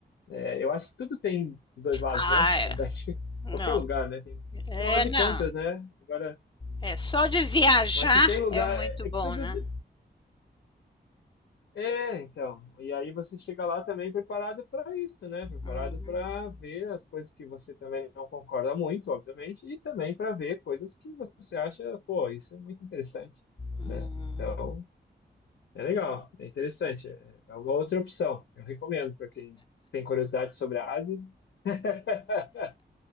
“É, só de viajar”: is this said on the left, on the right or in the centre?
Left